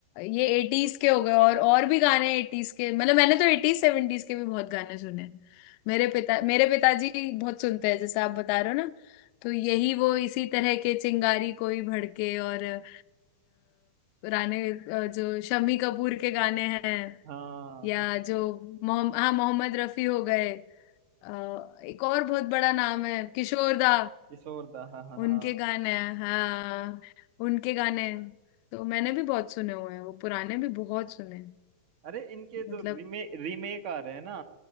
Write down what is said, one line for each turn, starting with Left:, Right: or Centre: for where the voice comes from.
Left: ये एटीज के हो गए और और भी गाने एटीज के मतलब मैंने तो एटीज सेवेंटीज के भी बहुत गाने सुने हैं। मेरे पिता मेरे पिताजी बहुत सुनते हैं जैसे आप बता रहे हो ना तो यही वो इसी तरह के चिंगारी कोई भड़के और अ, राणे अ, जो शम्मी कपूर के गाने हैं
Right: हाँ
Left: या जो मोहम्मद हाँ मोहम्मद रफी हो गए अ, एक और बहुत बड़ा नाम है किशोर दा
Right: किशोरदा हाँ हाँ
Left: उनके
Right: हाँ
Left: गाने हैं हाँ उनके गाने हैं। तो मैंने भी बहुत सुने हुए हैं वो पुराने भी बहुत सुने हैं।
Right: अरे इनके
Left: मतलब
Right: जो रीमेक रीमेक आ रहे हैं ना